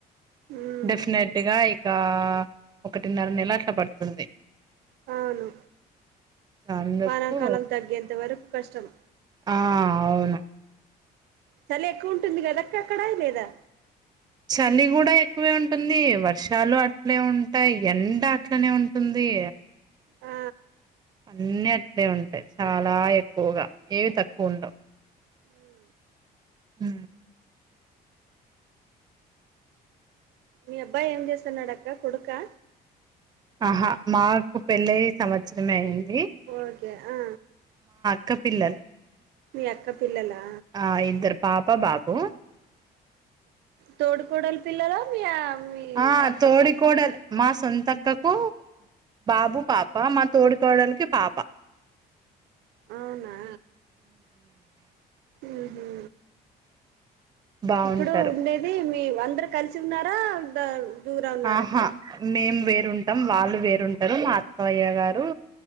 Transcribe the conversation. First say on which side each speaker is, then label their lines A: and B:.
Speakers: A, on the right (about 80°); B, on the right (about 25°).
A: ఉమ్
B: డెఫినెట్ గా ఇంకా ఒకటిన్నర నెల అట్ల పడుతుంది
A: అవును
B: అందుకు
A: వానాకాలం తగ్గేంతవరకు కష్టమే
B: ఆ అవును
A: చలి ఎక్కువ ఉంటుంది కదా అక్క అక్కడా లేదా
B: చలి కూడా ఎక్కువే ఉంటుంది వర్షాలు అట్లే ఉంటాయి ఎండ అట్లనే ఉంటుంది ది
A: ఆ
B: అన్ని అట్లే ఉంటాయి చాలా ఎక్కువగా ఏవి తక్కువ ఉండవు
A: ఉ
B: హ
A: మీ అబ్బాయి ఏం చేస్తున్నాడక్క కొడుకా
B: ఆహా నాకు పెళ్ళయి సంవత్సరమే అయ్యింది
A: ఓకే ఆ
B: అక్క పిల్లలు
A: మీ అక్క పిల్లలా
B: ఆ ఇద్దరు పాప బాబు
A: తోడుకోడలు పిల్లలా మీ మీ
B: ఆ
A: అక్క
B: తోడికోడలు
A: సో
B: మా సొంతక్కకు బాబు పాప మా తోడి కోడలకి పాప
A: అవునా ఉహు
B: బాగుంటారు
A: ఇప్పుడు ఉండేది మీ అందరు కలిసి ఉన్నారా దూరం ఉన్నారక్క
B: ఆహా మేము వేరే వేరుంటాం వాళ్ళు వేరుంటరు మా అత్తయ్య గారు